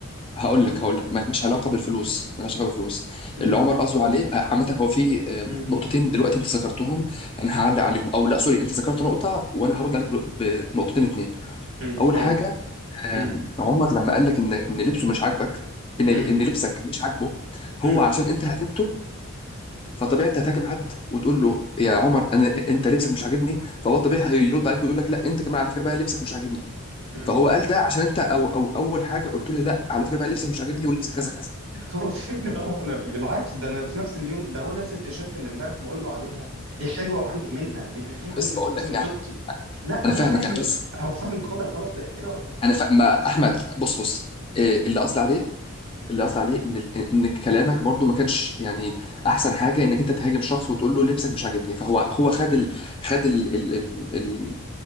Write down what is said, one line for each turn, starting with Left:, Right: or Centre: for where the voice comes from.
Left: هقول لك
Right: امم
Left: هقول لك مالهاش علاقه بالفلوس مالهاش علاقه بالفلوس
Right: امم
Left: اللي عمر قصده عليه آه، عامه هو في آه،
Right: امم
Left: نقطتين دلوقتي انت ذكرتهم انا هعلق عليهم او لا سوري انت ذكرت نقطه وانا هرد عليك ب- بنقطتين اتنين
Right: امم
Left: اول
Right: قول
Left: حاجه آم،
Right: امم
Left: عمر لما قال لك ان ان لبسه مش عاجبك ان ان
Right: امم
Left: لبسك مش عاجبه هو
Right: امم
Left: عشان انت هاجمته فطبيعي انت هتهاجم حد وتقول له يا عمر انا انت لبسك مش عاجبني فهو طبيعي هيرد عليك ويقول لك لا انت كمان على فكره بقى لبسك مش عاجبني
Right: امم
Left: فهو قال ده عشان انت او او اول حاجه قلت له لا على فكره بقى لبسك مش عاجبني ولبسك كذا كذا
Right: هو فين ده؟ هو أنا- بالعكس ده انا في نفس اليوم ده هو لابس التيشيرت اللي امبارح بقول له عليها دي حلوه وعندي منها دي من فين قال
Left: بس
Right: لي من
Left: بقول
Right: نفس
Left: لك
Right: مدوتي
Left: يعني
Right: لا
Left: انا
Right: هو
Left: فاهمك
Right: فاهم
Left: انا بس
Right: هو فاهم الجمله غلط لان أنا
Left: انا فا... ما احمد بص بص إيه اللي قصدي عليه اللي قصدي عليه ان ان كلامك برضو ما كانش يعني احسن حاجه انك انت تهاجم شخص وتقول له لبسك مش عاجبني فهو هو خد ال... خد ال... ال... ال...